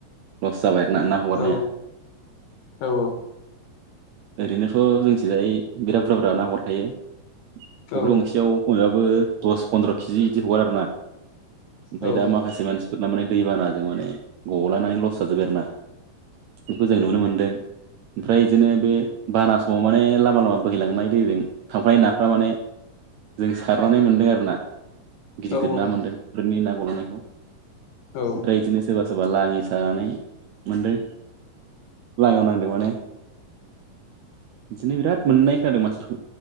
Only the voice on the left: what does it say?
औ औ
औ
औ
औ
औ